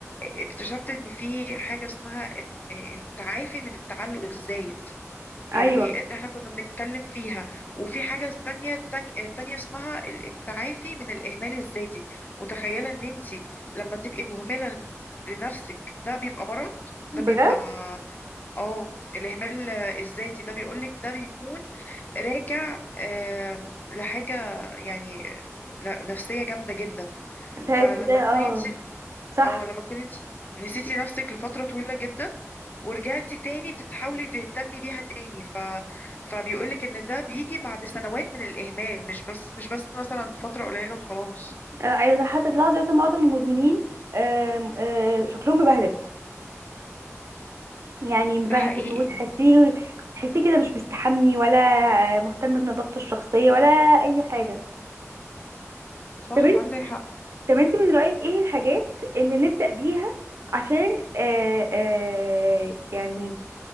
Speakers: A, on the left; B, on the right.
A: اكتشفت ان في حاجه اسمها الت- آه، التعافي من التعلق الزايد
B: ايوه
A: يعني ان احنا كنا بنتكلم فيها وفي حاجة تانية تانية, تانية اسمها ال- التعافي من الإهمال الذاتي متخيلة ان انت لما تبقي مهملة لن- لنفسك ده بيبقى مرض ده
B: بجد
A: بيبقى اه الإهمال الذاتي ده بيقولك ده بيكون راجع آم، لحاجة يعني ن- نفسية جامدة جدا
B: ساعات
A: فلما
B: ده
A: تكوني
B: اه
A: انت
B: صح
A: اه لما تكوني انت نسيتي نفسك لفترة طويلة جدا ورجعتي تاني تحاولي تهتمي بيها تاني ف... فبيقولك ان ده بيجي بعد سنوات من الاهمال مش بس مش بس مثلا فترة قليلة وخلاص
B: لا، ايوه صح حتى تلاحظي مثلا معظم المدمنين آم، آه، شكلهم مبهدل يعني مبهدل
A: ده حقيقي
B: وتحسيه تحسيه كده مش مستحمي ولا آه، مهتم بنظافته الشخصيه ولا اي حاجه
A: صح
B: طب انت
A: عندك حق
B: طب انت من رايك ايه الحاجات اللي نبدا بيها عشان آه آه يعني